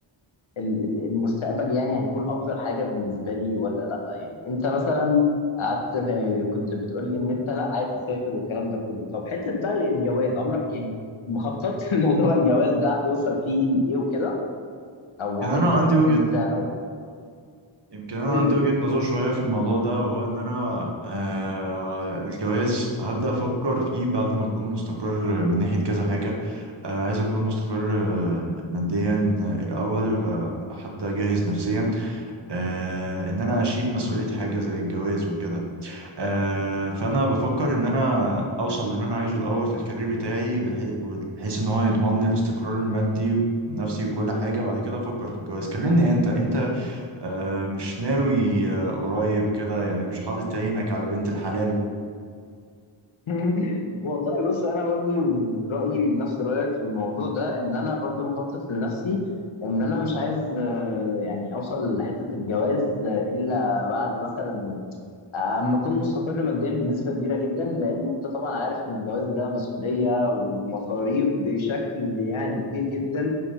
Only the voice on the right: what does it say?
كان
انا عندي وجهه
يمكن انا
عندي
وجهة نظر شوية في الموضوع ده وهو ان انا آه الجواز هبدأ افكر فيه بعد ما اكون مستقر من ناحية كذا حاجة آه عايز اكون مستقر آه، ماديا آه، الاول آه، حتى جاهز نفسيا آه ان انا اشيل مسؤولية حاجة زي الجواز وكده آه فانا بفكر ان انا اوصل للي انا عايزه الاول في الكارير بتاعي بحي- بحيث ان هو يضمن لي الاستقرار المادي نفسي وكل حاجة بعد كده أفكر في الجواز كلمني أنت أنت آه مش ناوي آه قريب كده يعني مش حاطط عينك على بنت الحلال